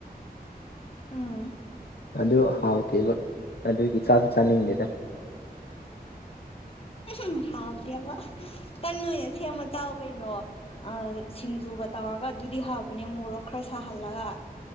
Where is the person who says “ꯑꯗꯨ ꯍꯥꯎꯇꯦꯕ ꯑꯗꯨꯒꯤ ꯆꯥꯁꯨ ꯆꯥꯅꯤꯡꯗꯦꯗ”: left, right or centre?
Left